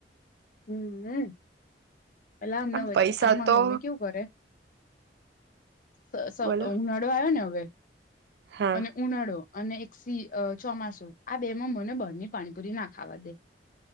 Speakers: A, on the left; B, on the right.
A: હ મ અ અલા આમને
B: આમ
A: વચ્ચે
B: પૈસા
A: મારી
B: તો
A: મમ્મી કેવું કરે સ સ
B: બોલો
A: ઉનાળો આવે ને હવે
B: હા
A: અને ઉનાળો અને એક સી ચોમાસું આ બે માં મને બહારની પાણીપુરી ના ખાવા દેય